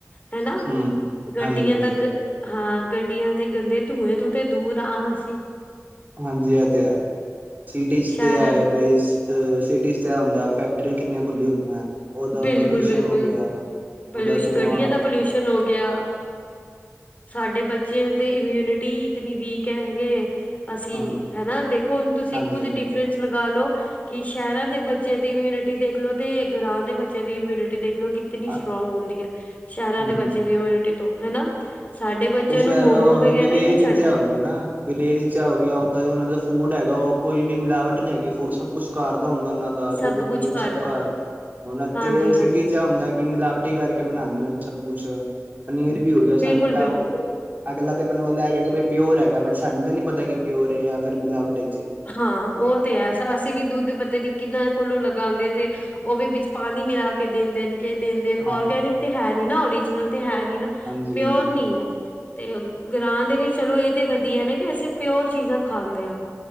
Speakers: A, on the left; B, on the right.
A: ਹੈਨਾ,
B: ਹੂੰ
A: ਗੱਡੀਆਂ
B: ਹਾਂਜੀ ਹਾਂਜੀ
A: ਦਾ ਗ ਹਾਂ ਗੱਡੀਆਂ ਦੇ ਗੰਦੇ ਧੂੰਏ ਤੋ ਤੇ ਦੂਰ ਆ ਅਸੀ
B: ਹਾਂਜੀ ਇਹ ਤੇ ਹੈ। ਸੀ-
A: ਸ਼ਹਿਰ
B: ਤੇ ਹੈ। ਬਈ ਸਿਟੀਜ਼ 'ਚ ਐ ਹੁੰਦਾ ਫੈਕਟਰੀਆਂ ਕਿੰਨੀਆਂ ਖੁੱਲੀਆਂ ਹੋਈਆਂ ਉਹਦਾ
A: ਬਿਲਕੁਲ-
B: ਪ੍ਰਦੂਸ਼ਣ
A: ਬਿਲਕੁਲ
B: ਹੋ ਗਿਆ
A: ਪੋਲਿਊਸ਼ਨ,
B: ਉਹਦਾ ਧੂੰਆਂ
A: ਗੱਡੀਆਂ ਦਾ ਪੋਲਿਊਸ਼ਨ ਹੋ ਗਿਆ ਸਾਡੇ ਬੱਚਿਆਂ ਤੇ ਇਮਿਊਨਿਟੀ ਇਤਨੀ ਵੀਕ ਹੈਗੇ। ਅਸੀ
B: ਹਾਂ
A: ਹਨਾ, ਦੇਖੋ ਹੁਣ ਤੁਸੀ
B: ਹਾਂਜੀ-ਹਾਂਜੀ,
A: ਖੁਦ ਡਿਫਰੈਂਸ ਲਗਾਲੋ ਕਿ ਸ਼ਹਿਰਾਂ ਦੇ ਬੱਚਿਆਂ ਦੀ ਇਮਿਊਨਿਟੀ ਦੇਖਲੋ ਤੇ ਗਾਵ ਦੇ ਬੱਚਿਆਂ ਦੀ ਇਮਿਊਨਟੀ ਦੇਖ ਲੋ ਕਿਤਨੀ
B: ਅ
A: ਸਟਰ੍ਰੋਂਗ ਹੁੰਦੀ ਹੈ। ਸ਼ਹਿਰਾਂ
B: ਹੂੰ।
A: ਦੇ ਬੱਚਿਆਂ ਦੀ ਇਮਿਊਨਿਟੀ ਤੋਂ ਹਨਾ ਸਾਡੇ ਬੱਚਿਆਂ
B: ਉਹ ਸਹਿਰ
A: ਨੂੰ ਮੋਮੋ ਵਗੈਰਾ
B: ਵਿਲੇਜ
A: ਹੀ ਨਹੀਂ
B: 'ਚ
A: ਛੱਡਦੇ
B: ਹੋਗਨਾ- ਵਿਲੇਜ 'ਚ ਆ ਗਿਆ ਓਦਾਂ ਉਹਨਾਂ ਦਾ ਫੂਡ ਹੈਗਾ ਉਹ ਕੋਈ ਵੀ ਮਿਲਾਵਟ ਨਹੀ ਹੈਗੀ ਫੂਡ ਸਭ ਕੁਛ ਘਰਦਾ ਹੁੰਦਾ ਉਹਨਾਂ ਦਾ ਦਾ
A: ਸਭ
B: ਦੁੱਧ ਪਨੀਰ
A: ਕੁਛ ਕਰਦਾ
B: ਸਭ ਘਰ ਹੁਣ, ਇਥੇ
A: ਹਾਂਜੀ
B: <unintelligible> ਮਿਲਾਵਟੀ
A: ਹਾਂਜੀ
B: ਹੁੰਦਾ ਕਿ ਮਿਲਾਵਟੀ ਕਰਕੇ ਬਣਾਉਦੇ ਨੇ ਸਭ ਕੁਛ। ਪਨੀਰ ਵੀ ਹੋ ਗਿਆ, ਸੰਤਾ-
A: ਬਿਲਕੁਲ ਬਿਲਕੁਲ
B: ਅਗਲਾ ਤਾਂ ਮਨੋ ਲੇਗਯਾ ਕੀ ਪਿਓਰ ਹੈਗਾ, ਬਟ ਸਾਨੂੰ ਤਾਂ ਨੀ ਪਤਾ ਕਿ ਪਿਓਰ ਹੈ ਜਾਂ ਫਿਰ ਮਿਲਾਵਟ ਏ।
A: ਹਾਂ, ਉਹ ਤੇ ਹੈ ਅਸੀ ਵੀ ਦੁੱਧ ਪੱਤੇ ਨੀ, ਕਿੰਨਾਂ ਕੋਲੋਂ ਲਗਾਉਦੇ ਆ ਤੇ ਉਹ ਵੀ, ਵਿਚ ਪਾਣੀ ਮਿਲਾ ਕੇ ਦਿੰਦੇ ਨੇ ਕੇ ਦੇਣਦੇ ਨੇ
B: ਹਾਂ,
A: ਔਰਗੈਨਿਕ ਤੇ ਹੈ ਨੀ ਨਾ, ਓਰੀਜਨਲ ਤੇ ਹੈ ਨੀ ਨਾ,
B: ਹਾਂਜੀ-ਹਾਂਜੀ
A: ਪਿਓਰ ਨੀ ਹੈ। ਤੇ ਗ੍ਰਰਾਂ ਦੇ ਵਿਚ, ਚਲੋ ਇਹ ਤੇ ਵਧੀਆ ਨਾ, ਕਿ ਅਸੀ ਪਿਓਰ ਚੀਜ਼ਾਂ ਖਾਂਦੇ ਹਾਂ।